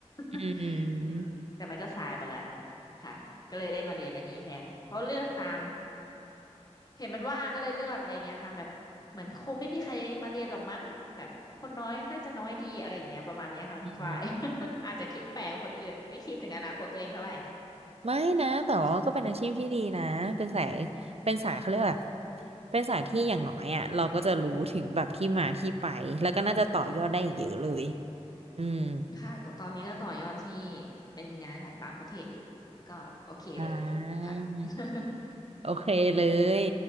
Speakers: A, on the right (about 60°); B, on the left (about 35°).
A: อืม
B: <laughs> อืมแต่มันก็สายไปแล้ว ค่ะก็เลยได้มาเรียนอันนี้แทนเพราะเลือกตามเห็นมันว่างก็เลยเลือกอะไรเงี้ยค่ะแบบเหมือนคงไม่มีใครมาเรียนหรอกมั้งแบบคนน้อยน่าจะน้อยดีอะไรอย่างเงี้ยประมาณเนี้ยค่ะคุณฝ้าย
A: อืม
B: <laughs> อาจจะคิดแปลกกว่าคนอื่นไม่คิดถึงอนาคตตัวเองเท่าไหร่
A: ไม่นะ แต่ว่าก็เป็นอาชีพที่ดีนะ
B: ใช่
A: เป็นสายเป็นสายเขาเรียกอะเป็นสายที่อย่างน้อยอ่ะเราก็จะรู้ถึงแบบที่มาที่ไป แล้วก็น่าจะต่อยอดได้อีกเยอะเลยอืม
B: ค่ะก็ตอนนี้ก็ต่อยอดที่เป็นงานของต่างประเทศอยู่ก็โอเคเลยค่ะ
A: อ่า
B: <laughs>
A: โอเคเลย